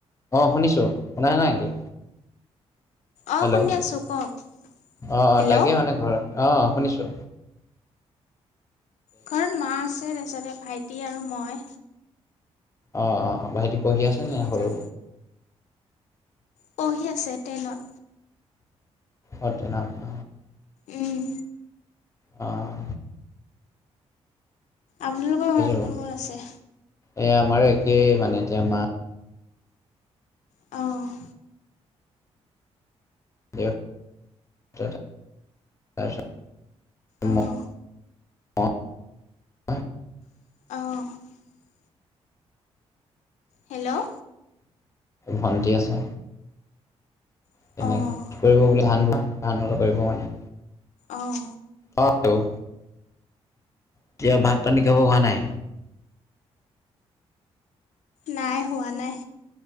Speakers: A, on the left; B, on the left.
A: অ, শুনিছো। শুনা নাই নেকি?
B: অঁ
A: হেল্ল'
B: শুনি
A: অ',
B: আছোঁ কওক
A: অ', লতাকে
B: হেল্ল'
A: মানে ঘৰত অ, শুনিছো।
B: ঘৰত মা আছে তাৰপিছতে ভাইটি আৰু মই
A: অ- অ ভাইটি পঢ়ি আছেনে
B: তিনিজন
A: সৰু
B: পঢ়ি আছে তেনত।
A: অ', তেনত ন?
B: উম,
A: অ',
B: আপোনালোকৰ ঘৰত
A: বাৰু
B: কোন কোন আছে?
A: এই আমাৰো একেই মানে এতিয়া মা
B: অ',
A: <inaudible> অ',
B: অঁ অ', হেল্ল'
A: ভণ্টি আছে
B: অঁ
A: তেনে কৰিব বুলি হাল্লা। ধান অলত কৰিব মানে
B: অঁ
A: অ', এতিয়া ভাত পানী খাব হোৱা নাই?
B: নাই হোৱা নাই